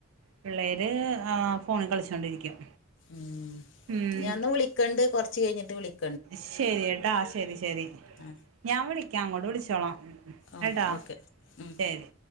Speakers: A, on the right; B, on the left.
A: പിള്ളേര് ആഹ് ഫോണിൽ കളിച്ചോണ്ടിരിക്കും
B: ഉം
A: ഉം
B: ഞാനന്ന് വിളിക്കണ്ട് കൊറച്ച് കഴിഞ്ഞിട്ട് വിളിക്ക
A: ശരി കേട്ടോ ശരി ശരി
B: ആ
A: ഞാൻ വിളിക്കാം അങ്ങോട്ട് വിളിച്ചോളാം
B: ആ
A: കേട്ടോ
B: ഓക്കെ ഉം
A: ശരി